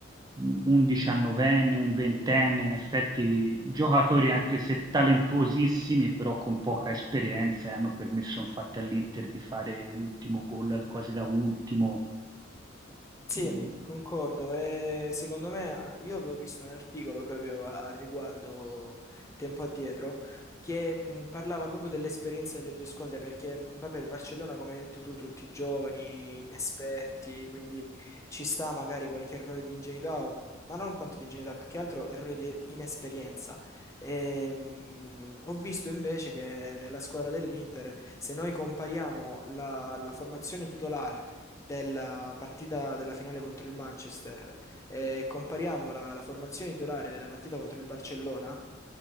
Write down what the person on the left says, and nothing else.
Sì,
concordo. E secondo me, eh, io avevo visto un articolo proprio a, a riguardo tempo addietro che mh, parlava proprio dell'esperienza delle due squadre perché, vabbè, il Barcellona, come hai detto tu, tutti giovani, inesperti, quindi ci sta magari qualche errore di ingenuità, o- ma non tanto di ingenuità, più che altro errore di inesperienza. E, mh, ho visto invece che nella squadra dell'Inter, se noi compariamo la la formazione titolare della partita della finale contro il Manchester e compariamo la, la formazione titolare della partita contro il Barcellona,